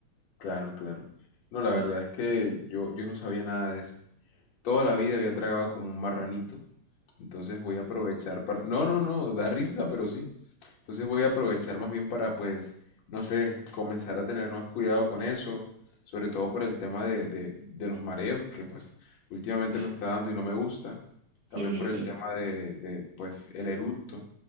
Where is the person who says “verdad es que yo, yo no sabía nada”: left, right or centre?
Left